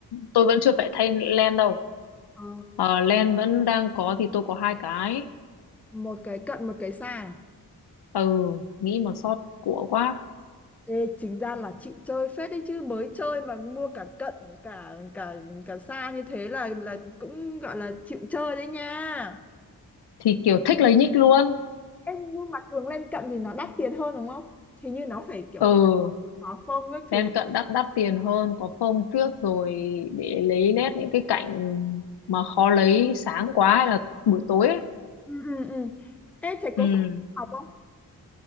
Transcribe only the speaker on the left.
tôi vẫn chưa phải thay len đâu
Ờ, lens vẫn đang có thì tôi có hai cái
ừ nghĩ mà sót của quá
thì kiểu thích lấy nhích luôn
ừ
Lên cận đắt đắt tiền hơn có phông phiếc rồi để lấy nét những cái cảnh mà khó lấy sáng quá hay là buổi tối ấy.
Ừ.